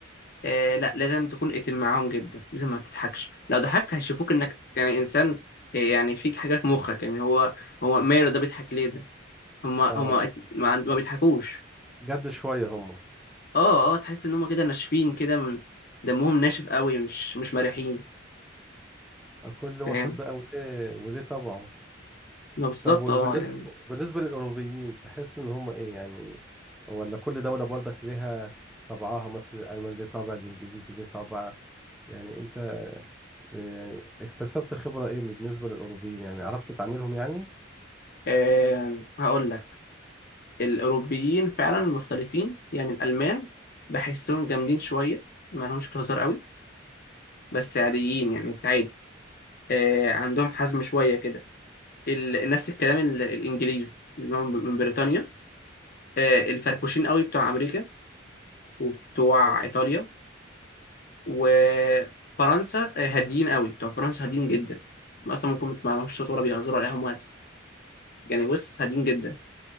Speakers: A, on the left; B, in the centre.
A: آه لا لازم تكون اتم معاهم جدا لازم ما تضحكش لو ضحكت هيشوفوك انك يعني انسان آه، يعني فيك حاجه في مخك يعني هو هو ماله ده بيضحك ليه ده هما
B: اه
A: هما ات- ما, عند- ما بيضحكوش
B: جد شوية هما
A: اه اه تحس ان هما كده ناشفين كده من- دمهم ناشف قوي مش مش مرحين
B: آه، كل واحد
A: فاهم
B: بقى وليه وليه طبعه
A: ما بالظبط
B: طب وبالنسبة
A: اه يعني
B: بالنسبة للأوروبيين تحس ان هما ايه يعني ولا كل دولة برضك ليها طبعها مثلا الألمان ليه طابع الإنجليزي ليه طابع يعني انت ب- يعني اكتسبت خبرة ايه بالنسبة للأوروبيين يعني عرفت تعاملهم يعني
A: آه هقول لك الاوروبيين فعلا مختلفين يعني الالمان بحسهم جامدين شويه ما لهمش في الهزار قوي بس عاديين يعني انت عادي آه عندهم حزم شويه كده ال... نفس الكلام ال... الانجليز اللي هم من بريطانيا آه، الفرفوشين قوي بتوع امريكا وبتوع
B: اه
A: ايطاليا وفرنسا آه، هاديين قوي بتوع فرنسا هاديين جدا اصلا ممكن ما تسمعلهمش صوت ولا بيهزروا ولا اي هم وهس. يعني بص هاديين جدا